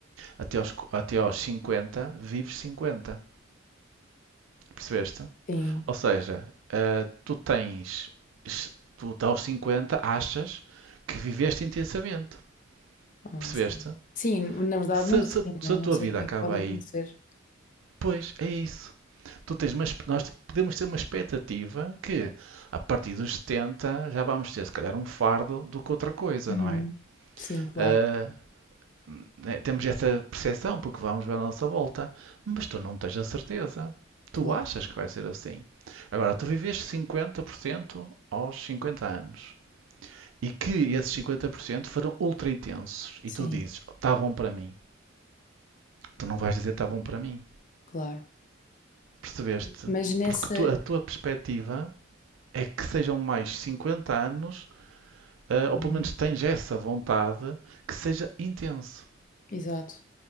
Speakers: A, on the right; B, on the left.
A: Até aos, co- até aos 50, vives 50. Percebeste?
B: sim.
A: Ou seja, eh, tu tens, tu tá aos 50 achas que viveste intensamente,
B: Ah,
A: percebeste?
B: sim. Sim, na verdade
A: Se,
B: não sei,
A: se- se
B: não é?
A: a
B: Não
A: tua
B: sei
A: vida
B: o que
A: acaba
B: é que pode acontecer.
A: aí, pois é isso. Tu tens uma, expe- nós podemos ter uma expectativa que a partir dos 70 já vamos ter se calhar um fardo do que outra coisa,
B: Uhum.
A: não é?
B: Sim, claro,
A: Eh, né, temos essa percepção porque vamos ver à nossa volta, mas tu não tens a certeza. Tu
B: claro,
A: achas que vai ser assim. Agora, tu viveste 50% aos 50 anos. e que esses 50% foram ultra intensos e
B: sim,
A: tu dizes, está bom para mim. Tu não vais dizer está bom para mim.
B: claro.
A: Percebeste?
B: Mas nessa.
A: Porque tu- a tua perspectiva é que sejam mais 50 anos, eh,
B: Uhum.
A: ou pelo menos tens essa vontade, que seja intenso.
B: Exato.